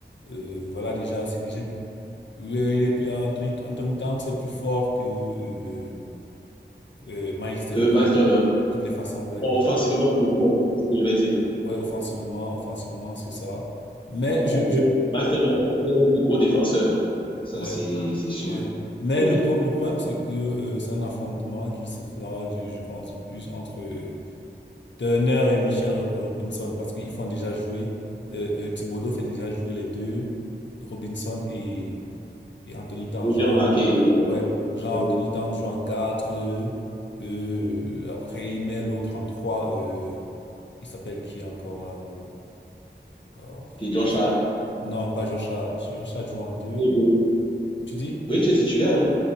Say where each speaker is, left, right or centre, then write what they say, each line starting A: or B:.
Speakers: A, on the left (about 75°); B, on the left (about 25°).
A: Euh, voilà, déjà, c'est déjà. Oui, et puis Anthony, Anthony Towns, c'est plus fort que euh, euh, Miles Turner,
B: que Marston euh,
A: de toutes les façons, ouais.
B: Bon, offensivement, c'est tout, hein, c'est ce que je vais dire.
A: Ouais, offensivement, offensivement, c'est ça. Mais
B: Bon,
A: je,
B: Parce que
A: je,
B: Maestro Niang est un plus gros défenseur. Ça,
A: ouais.
B: c'est c'est sûr.
A: Ouais. Mais
B: Oui.
A: le, pro- le problème, c'est que euh, c'est un affrontement qui se fera, je, je pense, le plus entre euh, Turner et Michel Rob- Robinson, parce qu'ils font déjà jouer, euh, euh, Thibodeau fait déjà jouer les deux, Robinson et, et Anthony Tan.
B: Oui,
A: Jean,
B: J'ai remarqué
A: ouais, Jean
B: euh,
A: Anthony Tan joue en 4 euh, euh, après il met l'autre en 3 euh, il s'appelle qui encore là le- oh,
B: que Josh
A: bref.
B: Hart.
A: Non, pas Josh Hart. Josh Hart joue en deux
B: et Bridge.
A: Tu dis?
B: Bridge est titulaire, non?